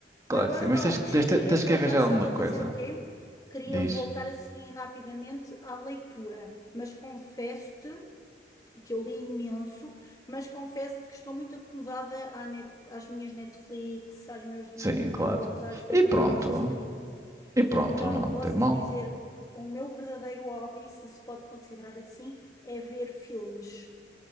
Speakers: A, on the right; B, on the left.
A: claro
B: Agora,
A: que sim,
B: Dobis,
A: mas tens, tens,
B: queria
A: tens
B: voltar,
A: que arranjar
B: sabes,
A: alguma
B: a fazer
A: coisa.
B: o quê? Queria
A: Diz.
B: voltar assim rapidamente à leitura, mas confesso-te e que eu li imenso, mas confesso que estou muito acomodada à net- às minhas Netflix, aos meus Disney
A: Sim, claro.
B: Plus, às plataformas
A: E pronto.
B: de streaming.
A: E pronto,
B: E então
A: não, não
B: posso-te
A: tem mal.
B: dizer, o meu verdadeiro hobby, se se pode considerar assim, é ver filmes